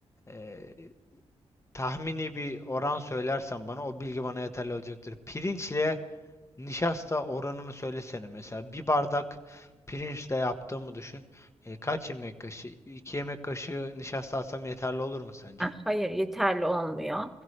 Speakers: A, on the left; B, in the centre.
A: E, tahmini bir oran söylersen bana o bilgi bana yeterli olacaktır. Pirinçle nişasta oranını söylesene mesela. Bir bardak pirinçle yaptığımı düşün. E, kaç yemek kaşığı? 2 yemek kaşığı nişasta atsam yeterli olur mu sence?
B: Ah, Hayır yeterli olmuyor.